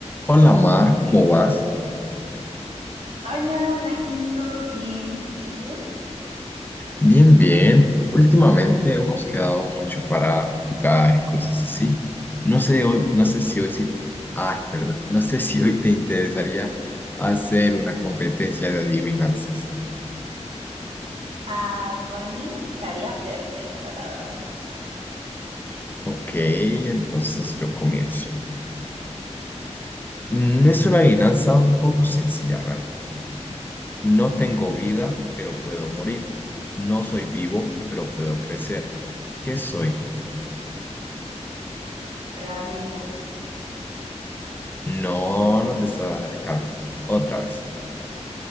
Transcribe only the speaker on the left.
Hola Mar, ¿cómo vas?
Bien, bien. Últimamente hemos quedado mucho para jugar y cosas así. No sé hoy, no sé si hoy sí, ah, perdón, no sé si hoy te interesaría hacer una competencia de adivinanzas.
Ok, entonces yo comienzo. Mm, Es una adivinanza un poco sencilla, realmente. No tengo vida, pero puedo morir. No soy vivo, pero puedo crecer. ¿Qué soy?
No, no te estás acercando. Otra vez.